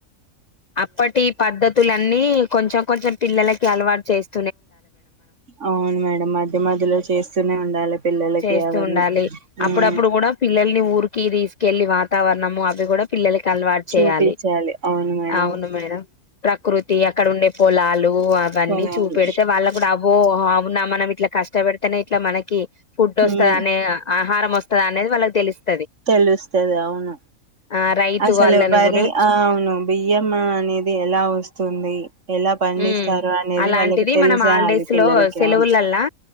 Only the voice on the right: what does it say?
అవును మేడం మధ్య మధ్యలో చేస్తూనే ఉండాలి పిల్లలకి
అవన్నీ
ఉమ్
చూపించాలి
అవును మేడం
కొనాలి
ఉమ్
తెలుస్తది అవును
అసలు
బరి
ఆ అవును బియ్యం అనేది ఎలా వస్తు వస్తుంది ఎలా పండిస్తారు
అనేది
వాళ్ళకి తెలిసాలి
పిల్లలకి
అవును